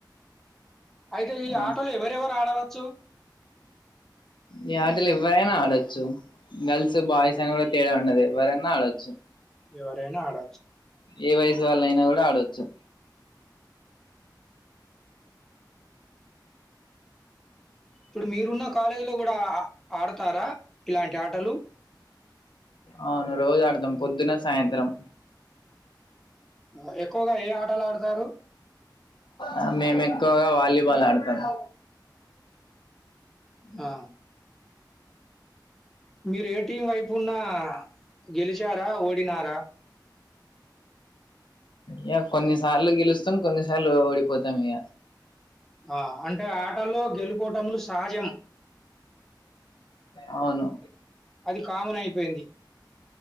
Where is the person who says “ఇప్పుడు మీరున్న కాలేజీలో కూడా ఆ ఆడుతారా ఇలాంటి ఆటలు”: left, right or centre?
Centre